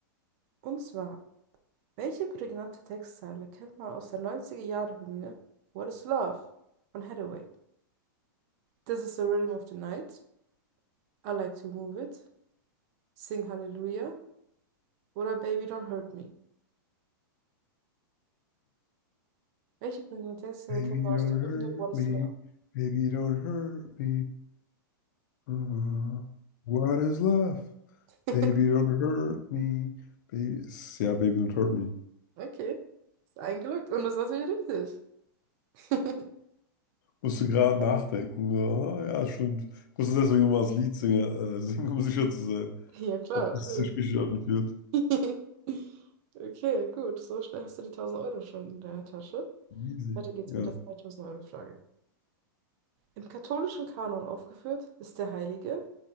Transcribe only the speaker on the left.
Baby,
don't
hurt
me.
Baby, don't hurt me. Uh, what is love?
Baby, don't hurt me. Baby, ist- ja, Baby, don't hurt me.
Musste gerade nachdenken. Ah, ja, stimmt. Ich musste deswegen nochmal das Lied singen, äh, singen, um sicher zu sein,
ob
es sich richtig anfühlt.
Easy.
Ja.